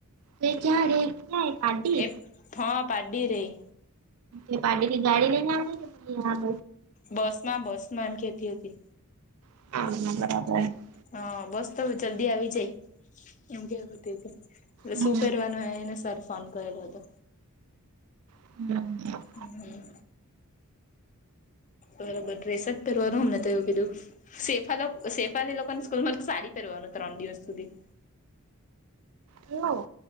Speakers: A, on the right (about 75°); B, on the left (about 35°).
A: તે જ્યારે જાય પાટી
B: એ હા પાડી રેય
A: એ પાર્ટી થી ગાડી લઈને આવે કે બસ
B: બસ માં બસ માંનખેતી હતી
A: <unintelligible>
B: હા બસ તો જલ્દી આવી જાય એમ કેવાતી હતી એટલે
A: હા
B: શું પહેરવાનું એને સર ફોન કરેલો હતો
A: હમ્મ.
B: હમ્મ. બરોબર ડ્રેસજ પહેરવાનું અમને તો એવું કીધું સેફ સેફાલી લોકોને સ્કૂલ માં તો સારી કરવારનું ત્રણ દિવસ સુધી
A: હમ્મ